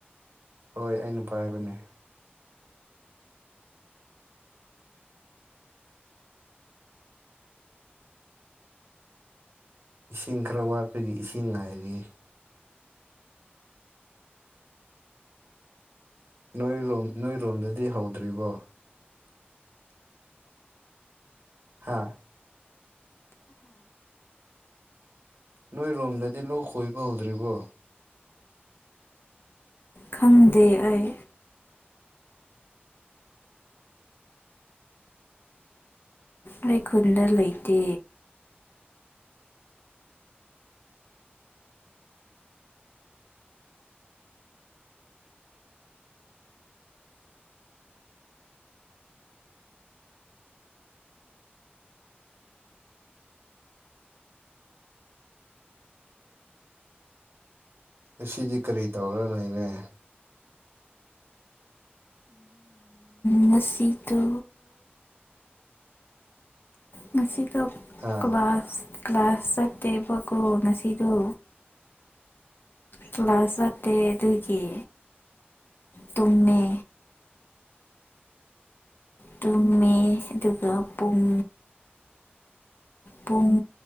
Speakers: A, on the right (about 75°); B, on the left (about 65°).
A: ꯍꯣꯏ ꯑꯩꯅ ꯄꯥꯏꯕꯅꯦ ꯏꯁꯤꯡ ꯈꯔ ꯋꯥꯠꯄꯒꯤ ꯏꯁꯤꯡ ꯉꯥꯏꯔꯤ ꯅꯣꯏꯔꯣꯝ ꯅꯣꯏꯔꯣꯝꯗꯗꯤ ꯍꯧꯗ꯭ꯔꯤꯕꯣ ꯍꯥꯥ ꯅꯣꯏ ꯔꯣꯝꯗꯗꯤ ꯂ ꯈꯣꯏꯕ ꯍꯧꯗ꯭ꯔꯤꯕꯣ
B: ꯈꯪꯗꯦ ꯑꯩ ꯑꯩꯩ ꯈꯨꯟꯗ ꯂꯩꯇꯦ
A: ꯑꯁꯤꯁꯤꯗꯤ ꯀꯔꯤ ꯇꯧꯔ ꯂꯩꯔꯦ
B: ꯉꯁꯤꯗ ꯉꯁꯤ ꯆꯀꯋꯥꯁ
A: ꯍꯥ
B: ꯀ꯭ꯂꯥꯁ ꯆꯠꯇꯦꯕꯀꯣ ꯉꯁꯤꯗ ꯀ꯭ꯂꯥꯁ ꯆꯠꯇꯦ ꯑꯗꯨꯒꯤ ꯇꯨꯝꯃꯦ ꯇꯨꯝꯃꯦ ꯑꯗꯨꯒ ꯄꯨꯡ ꯄꯨꯡ